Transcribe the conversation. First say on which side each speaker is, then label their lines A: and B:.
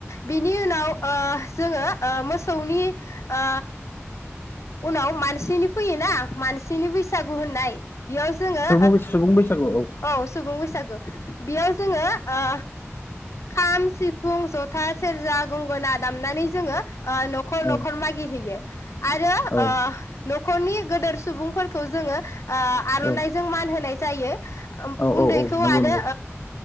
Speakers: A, on the left; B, on the left.
A: बिनि उनाव ओ जोङो ओ मोसौनि ओ उनाव मानसिनि फैयोना मानसि सिनि बैसागु होननाय बेयाव जोङो
B: सुबुं सुबुं बैसागु
A: औ सुबुं बैसागु बेयाव जोङो ओ खाम सिफुं सिफुं जथा सेरजा गंगोना दामनानै जोङो ओ न'खर
B: औ
A: न'खर मागिहैयो आरो ओ
B: औ
A: न'खरनि गोदोर सुबुंफोरखौ जोङो ओ आर'नाइजों
B: औ
A: मान होनाय जायो
B: औ
A: उन्दैखौ
B: औ नंगौ
A: आरो
B: नंगौ